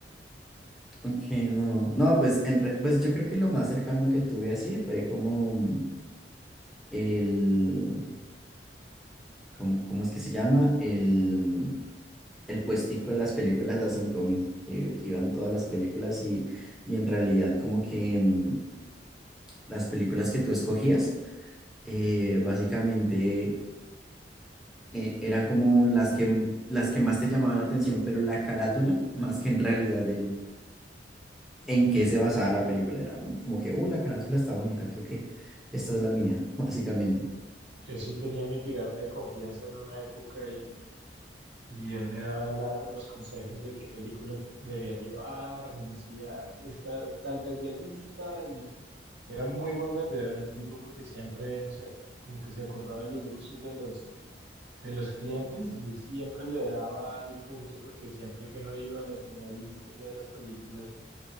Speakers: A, in the centre; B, on the right.
A: Ok, no. No, pues, en re- pues yo creo que lo más cercano que tuve así fue como el, como, ¿cómo es que se llama? El, el puestico de las películas a 5000 que, que iban todas las películas y, y en realidad como que mm, las películas que tú escogías, eh, básicamente eh, eran como las que, las que más te llamaban la atención, pero la carátula, más que en realidad en qué se basaba la película. Era como que, oh, la carátula está bonita, creo que esta es la mía, <laughs> básicamente.
B: Yo sí tenía mi pirata de confianza en una época y, y él me daba la- los consejos de qué películas debía llevar, me decía, esta tal vez le gusta y era muy buen vendedor el tipo porque siempre, no sé, como que se acordaba de los gustos de los, de los clientes y siempre le daba al punto porque siempre que uno iba le tenía listas ya las películas